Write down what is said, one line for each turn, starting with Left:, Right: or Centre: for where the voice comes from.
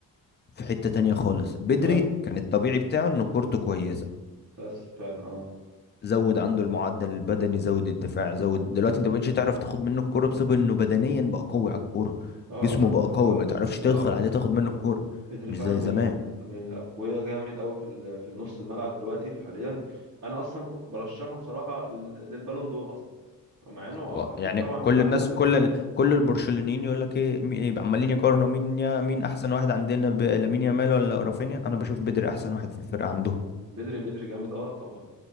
Left: في حتة تانية خالص بدري
Right: فعلا
Left: كان الطبيعي بتاعه انه كورته كويسة
Right: بس فعلا اه
Left: زود عنده المعدل البدني زود الدفاع زود دلوقتي انت مبقتش تعرف تاخد منه الكوره بسبب انه بدنيا بقى قوي على الكوره
Right: اه
Left: جسمه
Right: لا
Left: بقى قوي
Right: اه,
Left: ما تعرفش تدخل
Right: آه
Left: عليه تاخد منه الكوره
Right: بدري
Left: مش
Right: فعلا
Left: زي
Right: من
Left: زمان
Right: من الاقوياء جامد قوي في ال- في النص الملعب دلوقتي في حاليا انا اصلا ك- برشحه بصراحه لل- للبالون دور اصلا مع انه آه،
Left: و-
Right: اكيد
Left: يعني
Right: طبعا في
Left: كل
Right: احسن
Left: الناس
Right: منه
Left: كل ال... كل البرشلونيين يقول لك ايه مي- إيه، عمالين يقارنوا مين يا مين احسن واحد عندنا ب... لامين يامال ولا رافينيا انا بشوف بدري احسن واحد في الفرقه عندهم
Right: بدري بدري جامد اه طبعا